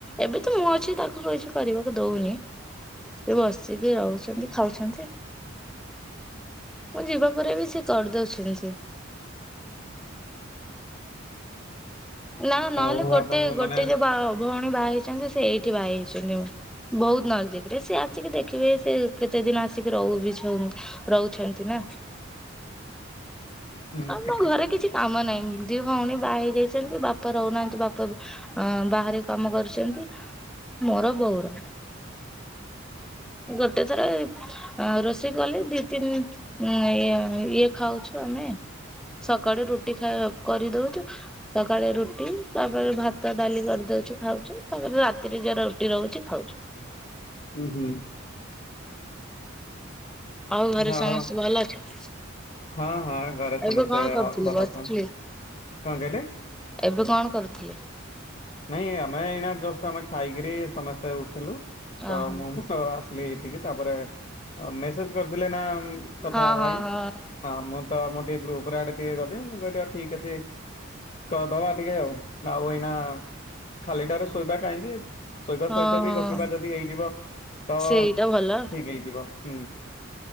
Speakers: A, in the centre; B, on the left.
A: ଏବେ ତ ମୁଁ ଅଛି ତାକୁ କିଛି କରିବାକୁ ଦଉନି ସିଏ ବସିକି ରହୁଛନ୍ତି ଖାଉଛନ୍ତି ମୁଁ ଯିବା ପରେ ବି ସିଏ କରିଦଉଛନ୍ତି। ନା ନହେଲେ
B: ଆଉ
A: ଗୋଟେ
B: ଆପଣଙ୍କୁ
A: ଗୋଟେ
B: ମାନେ
A: ଯୋଉ ବା ଭ ଭଉଣୀ ବାହା ହେଇଛନ୍ତି ସେ ଏଇଠି ବାହା ହେଇଛନ୍ତି ଆଉ। ବହୁତ ନଜଦିକରେ ସିଏ ଆସିକି ଦେଖିବେ ସେ କେତେ ଦିନ ଆସିକି ରହୁ ବି ଛଉନ ରହୁଛନ୍ତି ନା!
B: ହୁଁ
A: ଆମ୍
B: ଟିକେ
A: ଘରେ କିଛି କାମ ନାହିଁ ଦି ଭଉଣୀ ବାହା ହେଇଯାଇଛନ୍ତି ବାପା ରହୁନାହାନ୍ତି ବାପା ଅ ବାହାରେ କାମ କରୁଛନ୍ତି ମୋର ବୋଉ ର ଗୋଟେ ଥର ଏଇ ଆ ରୋଷେଇ କଲେ ଦି ତିନି ଉଁ ଇଏ ଇଏ ଖାଉଛୁ ଆମେ ଆଉ ସକାଳୁ ରୁଟି ଖାଇଆକୁ କରିଦଉଛୁ ସକାଳେ ରୁଟି ତାପରେ ଭାତ, ଡାଲି କରିଦଉଛି ଖାଉଛୁ ତାପରେ ରାତିରେ ଯାର ରୁଟି ରହୁଛି ଖାଉଛୁ।
B: ହୁଁ ହୁଁ।
A: ଆଉ ଘରେ
B: ଯାହା
A: ସମସ୍ତେ
B: ହଉ
A: ଭଲ ଅଛନ୍ତି?
B: ହଁ ହଁ ଘରେ ସମସ୍ତେ
A: ଏବେ କଣ କରୁଥିଲେ
B: ଅ ଭଲ
A: ବସିଥିଲି
B: ଅଛନ୍ତି। କଣ କହିଲେ?
A: ଏବେ କଣ କରୁଥିଲେ?
B: ନାଇଁ ଆମେ ଏଇନା ଜଷ୍ଟ ଆମେ ଖାଇକିରି ସମସ୍ତେ ଉଠିଲୁ ତ
A: ଓହୋ
B: ମୁଁ ଆସିଲି ଏଠିକି ତାପରେ ମେସେଜ କରିଥିଲେ ନା କଥା
A: ହଁ
B: ହବା
A: ହଁ
B: ପାଇଁ।
A: ହଁ
B: ହଁ ମୁଁ ତ ମୁଁ ଟିକେ ଗ୍ରୁପରେ ଆଡେ ଟିକେ ଗଲି ମୁଁ କହିଲି ଆଉ ଠିକ ଅଛି। କରଦବା ଟିକେ ଆଉ ଆଉ ଏଇନା ଖାଲିଟାରେ ଶୋଇବା କାହିଁକି? ଶୋଇବା
A: ହଁ
B: ସହିତ ବି
A: ହଁ
B: ଗପିବା ଯଦି ହେଇଯିବ ତ ଠିକ
A: ସେଇଟା ଭଲ
B: ହେଇଯିବ ହୁଁ।